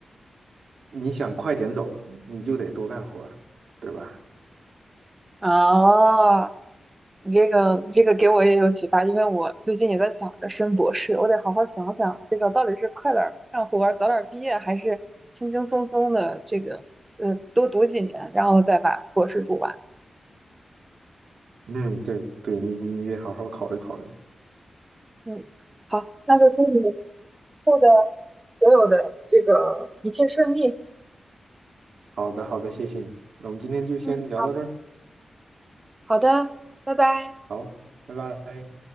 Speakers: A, on the right; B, on the right.
A: 你想快点走，你就得多干活儿对吧？
B: <laughs> 啊，你这个这个给我也有启发，因为我最近也在想着升博士，我得好好想想这个到底是快点儿干活儿早点儿毕业，还是轻轻松松的这个呃多读几年，然后再把博士读完。
A: 嗯，对对，你你得好好考虑考虑。
B: 嗯，好，那就祝你以后的所有的这个一切顺利。
A: 好的好的，谢谢你，那我们今天就先聊到这儿，
B: 嗯，好的，拜拜。
A: 好，拜拜。